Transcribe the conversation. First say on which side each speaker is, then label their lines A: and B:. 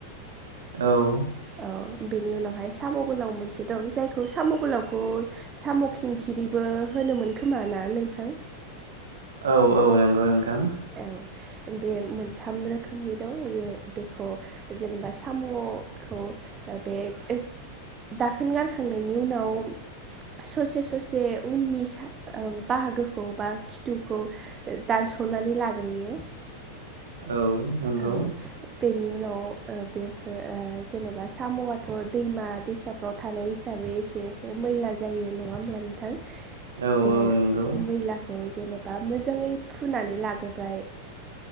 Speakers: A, on the right; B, on the right.
A: औ
B: औ बेनि उनावहाय साम' गोलाव मोनसे दं जायखौ साम' गोलावखौ साम' खिंखिरिबो होनोमोन खोमा ना नोंथां
A: औ औ नंगौ नोंथां
B: औ बे मोनथाम रोखोमनि दं बेखौ जेनेबा साम'खौ बे <unintelligible> दाखोन गारखांनायनि उनाव ससे ससे उननि स ओ बाहागोखौ बा खिथुखौ दान्स नानै लाग्रोयो
A: औ नंगौ
B: औ बेनि उनाव ओ बेफोर जेनेबा साम'आथ' दैमा दैसाफ्राव थानाय हिसाबै एसे एसे मैला जायो नङा होमब्ला नोंथां
A: औ
B: बे
A: औ नंगौ
B: मैलाखौ जेनेबा मोजाङै फुनानै लाग्रोबाय